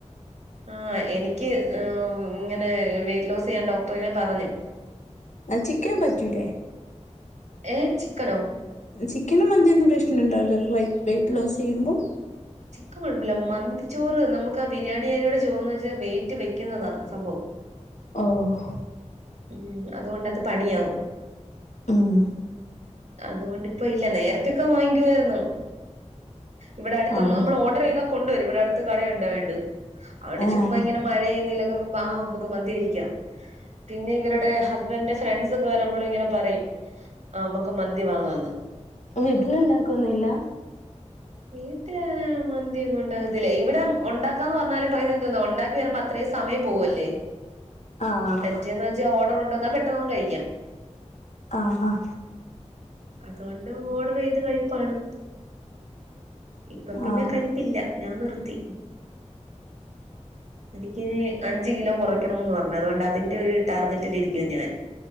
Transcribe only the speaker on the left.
ആഹ് ചിക്കൻ പറ്റൂലേ
ചിക്കനും മന്തിയൊന്നും പ്രശ്നം ഉണ്ടാവില്ലല്ലോ വൈറ്റ് വെയിറ്റ് ലോസ് ചെയ്യുമ്പോൾ
ഓഹ ഓഹ
ഉം
ആഹ്
ആഹ്
വീട്ടിലുണ്ടാക്കൊന്നുല്ല
ആഹ്
ആഹ് ആഹ്
ആഹ്